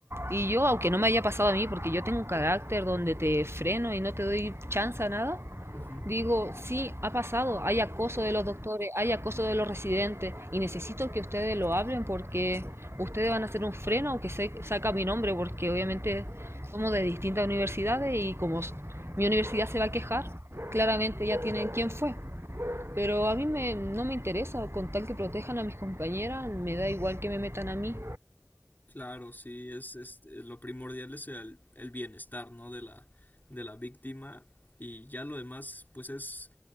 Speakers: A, on the right; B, on the left.
A: y yo, aunque no me haya pasado a mí, porque yo tengo un carácter donde te freno y no te doy chance a nada,
B: Ujú.
A: Digo, sí, ha pasado, hay acoso de los doctores, hay acoso de los residentes y necesito que ustedes lo hablen porque ustedes van a hacer un freno aunque se saca mi nombre porque obviamente somos de distintas universidades y como mi universidad se va a quejar, claramente ya tienen quién fue. Pero a mí me- no me interesa, con tal que protejan a mis compañeras, me da igual que me metan a mí.
B: Claro, sí, es, es- eh, lo primordial es el, el bienestar, ¿no? de la de la víctima y ya lo demás pues es